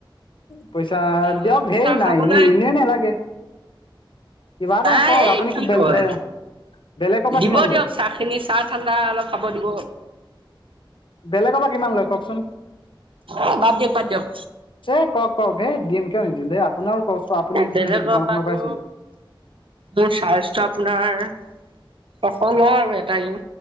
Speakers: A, on the left; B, on the right.
A: পইচা
B: তেওঁ
A: দিয়ক
B: আপুনি
A: সেই
B: চাহ
A: নাই
B: খাবলৈ
A: এনে এনেই নালাগে। কিবা এটা
B: নাই
A: কক
B: এই
A: আপনি কি বেল
B: কয়
A: বে- বেলেগৰ পৰা
B: দিব
A: কিমান লয়?
B: দিয়ক চাহ খিনি, চাহ ঠাণ্ডা অলপ খাব দিব।
A: বেলেগৰ পৰা কিমান লয় কওকচোন।
B: এই বাদ দিয়ক বাদ দিয়ক।
A: এ কওক কওক হেই দিম কিয় নিদিম দেই আপোনাৰো কষ্ট আপুনিটো
B: বেলেগৰ
A: সেই দোকানখনৰ
B: পৰাতো
A: পৰাই চলি
B: মোৰ চাৰ্জটো আপোনাৰ ছশ লও আৰু এটা ৰিং